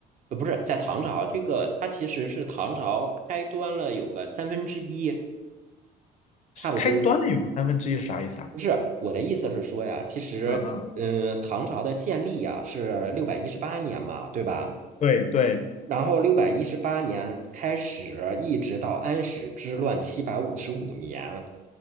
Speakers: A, on the right; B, on the left.
A: 呃不是在唐朝，这个它其实是唐朝开端了有个三分之一，差不多。
B: 开端了有个三分之一是啥意思啊？
A: 不是，我的意思是说呀，其实，
B: 嗯嗯，
A: 嗯，唐朝的建立呀是六百一十八年嘛，对吧？
B: 对对，
A: 然后六百一十八年开始，一直到安史之乱七百五十五年。